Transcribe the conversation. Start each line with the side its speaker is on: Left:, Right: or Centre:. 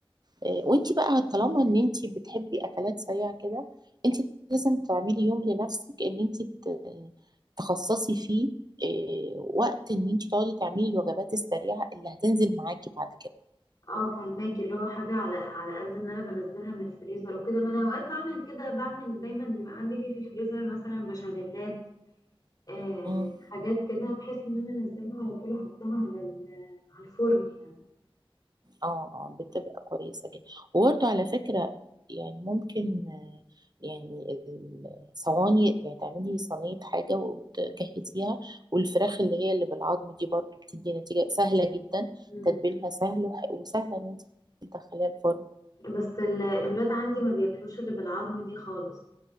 Right: آه، وانت بقى طالما ان انت بتحبي اكلات سريعه كده انت لازم تعملي يوم لنفسك ان انت ت- تخصصي فيه آه، وقت ان انت تقعدي تعملي الوجبات السريعه اللي هتنزل معاكي بعد
Left: اه فهماكي اللي هو حاجه على على قد ان انا بنزلها من الفريزر وكده ما انا اوقات بعمل كده بعمل دايما بيبقى عندي في في الفريزر مثلا بشاميلات آه
Right: كده
Left: حاجات كده بحيث ان انا انزلها على طول احطها على ال- على الفرن يعني
Right: اه اه بتبقى كويسة جدا وبرده على فكرة يعني ممكن آه، يعني الصواني يعني تعملي صينية حاجة وتجهزيها والفراخ اللي هي اللي بالعظم دي برضه بتدي نتيجة سهلة جدا
Left: مم.
Right: تتبيلها سهل وح- وسهلة ان انت تدخليها الفرن
Left: بس ال- الولاد عندي ما بياكلوش اللي بالعظم دي خالص